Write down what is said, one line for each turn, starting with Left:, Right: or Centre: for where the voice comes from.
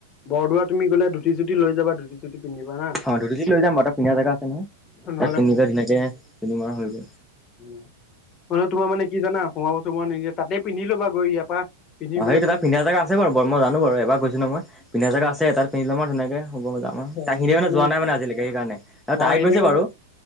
Left: বৰদোৱা তুমি গ'লে ধুতি-চুতি লৈ যাবা ধুতি-চুটি পিন্ধিবা হা।
Centre: অ ধুতি চুটি লৈ যাম বাৰু তাত পিন্ধা জগা আছে নহয়।
Left: নহ'লে
Centre: তাত পিন্ধি ফালে ধুনিয়াকে পিন্ধিম আৰু হৈ গ'ল।
Left: উ মানে তোমাৰ মানে কি জানা, সোমাব চোমাৱ নিদিয়ে তাতে পিন্ধি লবা গৈ ইয়াৰ পৰা। পিন্ধি
Centre: অ
Left: গ'লে
Centre: সেইটোত,
Left: তোমাৰ
Centre: তাত‌ পিন্ধা জেগা আছে বাৰু মই জানোঁ বাৰু। এবাৰ গৈছো ন মই পিন্ধা জেগা
Left: উম
Centre: আছে তাত পিন্ধি লম আৰু ধুনীয়াকে‌ হ'ব যা <unintelligible>
Left: অ',
Centre: তাহিনে
Left: এনে
Centre: মানে
Left: তোমাৰ
Centre: যোৱা নাই মানে আজিলৈকে সেইকাৰণে। আৰু
Left: অ
Centre: তাই
Left: এনে
Centre: গৈছে
Left: মানে
Centre: বাৰু।